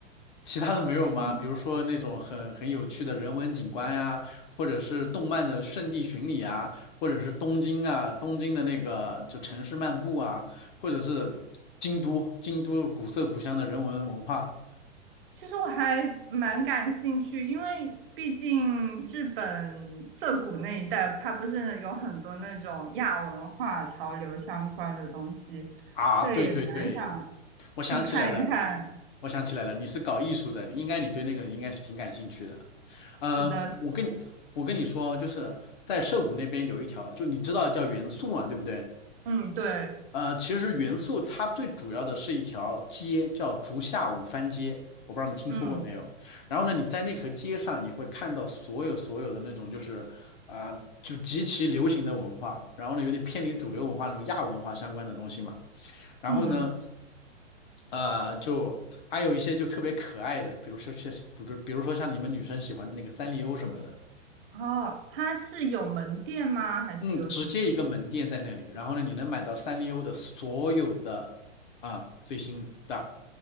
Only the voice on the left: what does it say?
其他的没有吗？
比如说那种很很有趣的人文景观呀、或者是动漫的圣地巡礼啊，或者是东京啊，东京的那个就城市漫步啊，或者是京都，京都古色古香的人文文化。
啊，
对对对，我想起来了，
我想起来了，你是搞艺术的，应该你对那个应该是挺感兴趣的。嗯、
我跟你我跟你说，就是在涩谷那边有一条，就你知道叫元素嘛，对不对？
呃，其实元素它最主要的是一条街，叫竹下五番街，我不知道你听说过没有。
然后呢，你在那条街上，你会看到所有所有的那种就是啊、呃就极其流行的文化，然后呢，有点偏离主流文化那种亚文化相关的东西嘛。然后呢，
呃，就还有一些就特别可爱的，比如说像，比比如说像你们女生喜欢的那个三丽鸥什么的，
嗯，直接一个门店在那里，然后呢，你能买到三丽鸥的所有的啊、最新的